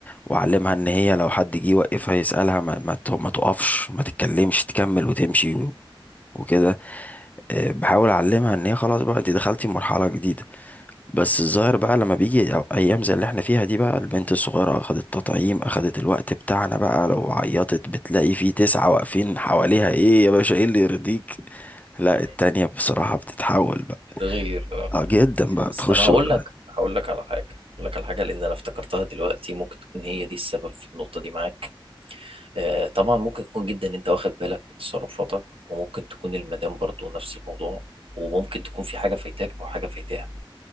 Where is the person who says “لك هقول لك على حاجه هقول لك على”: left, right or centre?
Right